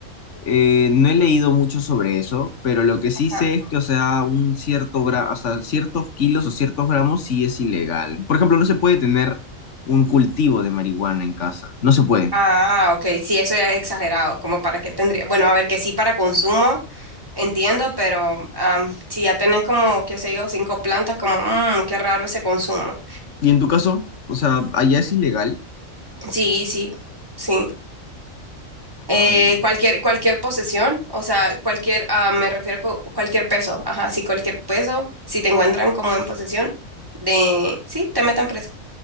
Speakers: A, on the left (about 60°); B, on the right (about 15°).
A: eh, no he leído mucho sobre eso, pero lo que sí
B: Ajá.
A: sé es que, o sea, un cierto gra, o sea, ciertos kilos o ciertos gramos sí es ilegal. Por ejemplo, no se puede tener un cultivo de marihuana en casa, no se puede.
B: Ah, ok, sí, eso ya es exagerado, como para qué tendría. Bueno, a ver, que sí para consumo, entiendo, pero am, si ya tenés como, qué sé yo, cinco plantas, como, mmm, qué raro ese consumo.
A: ¿Y en tu caso? O sea, allá es ilegal.
B: Sí, sí, sí. Eh,
A: Ay.
B: cualquier, cualquier posesión, o sea, cualquier, ah, me refiero con cualquier peso, ajá, sí, cualquier peso, si te encuentran como en posesión de, sí, te meten preso.